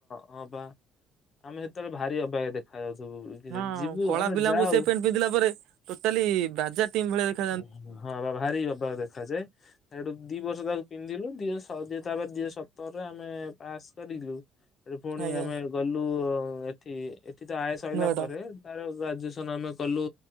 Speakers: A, on the left; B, on the right.
A: ହଁ ବା। ଆମେ ସେତେବେଳେ ଭାରି ଅବାଗିଆ ଦେଖା ଯାଉଥିବୁ କି
B: ହଁ
A: ଯିବୁ
B: କଳା
A: ଆମେ
B: ପିଲାଙ୍କୁ
A: ଯାଉ
B: ସେ ପେଣ୍ଟ ପିନ୍ଧିଲା ପରେ ଟୋଟାଲି ବାଜା ଟିମ୍ ଭଳିଆ ଦେଖ
A: ଓ ହଁ ବା ଭାରି ଅବାଗ ଦେଖାଯାଏ। ସେଇଠୁ ଦି ବର୍ଷ ତାକୁ ପିନ୍ଧଲୁ ଦି ବର୍ଷ ହଉ ଦି ତାପରେ ଦି ହଜାର ସତରରେ ଆମେ ପାସ୍ କରିଲୁ। ସେଠି ପୁଣି
B: ଆଜ୍ଞା
A: ଆମେ ଗଲୁ ଏଠି ଏଠି ତ ଆୟ ସରିଲା
B: ନୁଆଟ
A: ପରେ ସାର ଗ୍ରାଜୁଏସନ ଆମେ କଲୁ